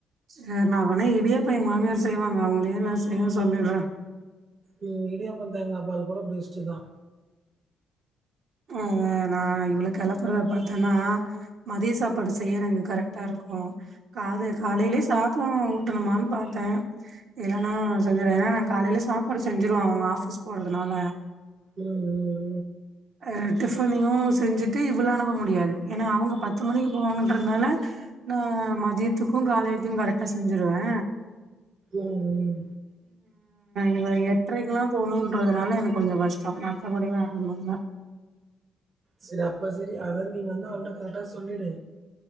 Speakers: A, on the right; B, on the right.
A: சார் நா வேனே இடியாப்ப எங்க மாமியார் செய்வாங்க அவங்களே நா செய்ய சொல்லிட்றே
B: ம் இடியாப்ப தேங்காய் பால் கூட பெஸ்ட் தா
A: அத நா இவள கெளப்பறத பாத்தன்னா மதிய சாப்பாடு செய்யரங்க கரெக்டா இருக்கு காது காலையிலயே சாத ஊட்டணுமானு பாத்தே இல்லன்னா செஞ்சுறுவே ஏனா நா காலைல சாப்பாடு செஞ்சுடுவே அவங்க ஆஃபீஸ் போறதுனால
B: ம்
A: ஆ டிஃபனையு செஞ்சுட்டு இவள அனுப முடியாது ஏன்னா அவங்க பத்து மணிக்கு போவாங்கன்றதுனால நா மதியத்துக்கு காலையுக்கு கரெக்டா செஞ்சிருவே
B: ம் ம்
A: இவ எட்ரைக்குலா போணுன்றதுனால எனக்கு கொஞ்சோ கஷ்ட மத்தபடிலா வேற ஒன்னு இல்ல
B: சரி அப்பா சரி அதா நீ வந்து அவள்ட கரெக்டா சொல்லிடு